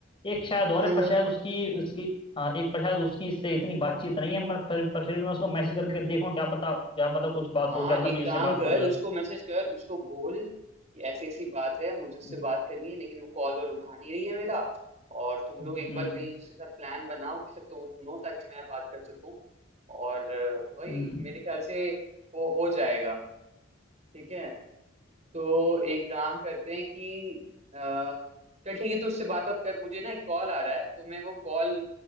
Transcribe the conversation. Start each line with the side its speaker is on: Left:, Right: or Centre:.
Left: एक शायद और
Right: वो
Left: है पर शायद उसकी उसकी हाँ एक पर शायद उसकी इससे इतनी बातचीत नहीं है पर फिर पर फिर भी मैं उसको मैसेज करके देखूँ क्या पता क्या पता कुछ बात
Right: हाँ
Left: हो क्या पता मेरी
Right: एक काम
Left: उससे बात
Right: कर
Left: हो जाए
Right: उसको मैसेज कर उसको बोल कि ऐसी ऐसी बात है मुझे उससे
Left: हम्म
Right: बात करनी है लेकिन वो कॉल वॉल उठा नहीं रही है मेरा और तुम
Left: हम्म
Right: लोग एक
Left: हम्म
Right: बार कहीं उसके साथ प्लान बनाओ कि सिर्फ तुम दोनों ताकि मैं बात कर सकूं और अ, वही
Left: हम्म,
Right: मेरे ख्याल से वो हो जाएगा ठीक है तो एक काम करते हैं कि अ, चल ठीक है तो उससे बात बात कर मुझे ना एक कॉल आ रहा है तो मैं वो कॉल